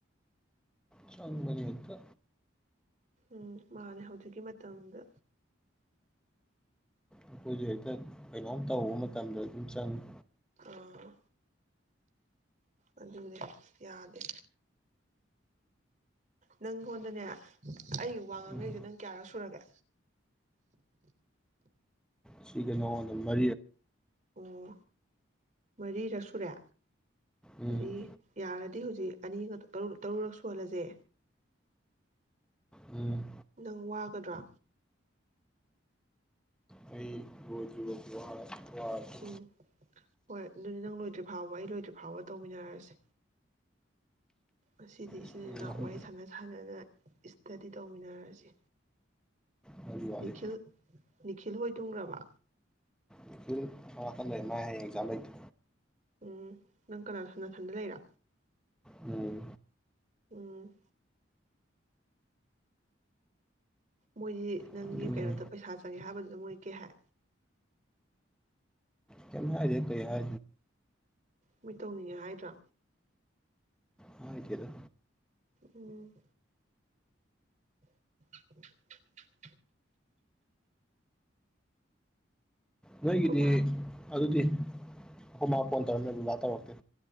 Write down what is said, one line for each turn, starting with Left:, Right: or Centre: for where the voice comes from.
Centre: ꯆꯪ ꯃꯅꯤꯛꯇ
Right: ꯎꯝ ꯃꯥꯅꯦ ꯍꯧꯖꯤꯛꯀꯤ ꯃꯇꯝꯗ
Centre: ꯑꯩꯈꯣꯏꯁꯦ ꯍꯦꯛꯇ ꯀꯩꯅꯣꯝ ꯇꯧꯕ ꯃꯇꯝꯗ ꯑꯗꯨꯝ ꯆꯪꯉꯤ
Right: ꯑꯥ ꯑꯗꯨꯅꯦ ꯌꯥꯗꯦ ꯅꯪꯉꯣꯟꯗꯅꯦ ꯑꯩꯒꯤ ꯋꯥ ꯉꯥꯡꯅꯔꯤꯁꯦ
Centre: ꯎꯝ
Right: ꯅꯪ ꯀꯌꯥꯔꯛ ꯁꯨꯔꯒꯦ
Centre: ꯁꯤ ꯀꯩꯅꯣꯗ ꯃ
Right: ꯑꯣ ꯃꯔꯤꯔꯛ ꯁꯨꯔꯦ
Centre: ꯎꯝ
Right: ꯃꯔꯤ ꯌꯥꯔꯗꯤ ꯍꯧꯖꯤꯛ ꯑꯅꯤꯒ ꯇꯔꯨꯨꯔꯛ ꯁꯨꯍꯜꯂꯁꯦ
Centre: ꯎꯝ
Right: ꯅꯪ ꯋꯥꯒꯗ꯭ꯔꯥ
Centre: ꯑꯩ ꯂꯣꯏꯗ꯭ꯔꯤꯕꯧꯗꯤ ꯋꯥꯔꯦ ꯋꯥꯔꯁꯨ
Right: ꯎꯝ ꯍꯣꯏ ꯑꯗꯨꯗꯤ ꯅꯪ ꯂꯣꯏꯗ꯭ꯔꯤ ꯐꯥꯎꯕ ꯑꯩ ꯂꯣꯏꯗ꯭ꯔꯤ ꯐꯥꯎꯕ ꯇꯧꯃꯤꯟꯅꯔꯁꯤ ꯉꯗꯤ
Centre: ꯁ꯭ꯀꯨꯜ
Right: ꯁꯤꯅꯤꯅ
Centre: ꯑꯍꯨꯝ
Right: ꯋꯥꯔꯤ ꯁꯥꯟꯅ ꯁꯥꯟꯅꯅ ꯏꯁꯇꯗꯤ ꯇꯧꯃꯤꯟꯅꯔꯁꯤ
Centre: ꯃꯔꯤ ꯋꯥꯠꯂꯤ
Right: ꯅꯤꯈꯤꯜ ꯅꯤꯈꯤꯜ ꯍꯣꯏ ꯇꯨꯡꯈ꯭ꯔꯕ
Centre: ꯅꯤꯈꯤꯜ ꯑꯃꯅꯥꯀꯟ ꯂꯩ ꯃꯥ ꯍꯌꯦ ꯑꯦꯛꯖꯥꯝ ꯂꯩꯇ
Right: ꯎꯝ ꯅꯪ ꯀꯅꯥ ꯁꯅꯥꯊꯟꯗ ꯂꯩꯔꯥ
Centre: ꯎꯝ
Right: ꯎꯝ ꯃꯣꯏꯗꯤ ꯅꯪꯒꯤ
Centre: ꯇꯨꯝꯅꯤꯡꯉꯦ
Right: ꯀꯩꯅꯣꯗ ꯄꯩꯁꯥ ꯆꯪꯉꯦ ꯍꯥꯏꯕꯗꯨꯗ ꯃꯣꯏ ꯀꯩ ꯍꯥꯏ
Centre: ꯀꯃꯦ ꯍꯥꯏꯖꯤꯦ ꯀꯩꯖ
Right: ꯃꯣꯏ ꯇꯧꯅꯤꯡꯉꯦ ꯍꯥꯏꯗ꯭ꯔꯥ
Centre: ꯍꯥꯏꯗ
Right: ꯎꯝ <inaudible>
Centre: ꯍꯒꯗꯤ
Right: ꯑꯩꯈꯣꯏ ꯃꯥ
Centre: ꯑꯗꯨꯗꯤ ꯑꯩꯈꯣꯏ ꯃꯥ ꯐꯣꯟ ꯇꯧꯔꯝꯃꯦ ꯕꯥ ꯇꯧꯔꯛꯇꯦ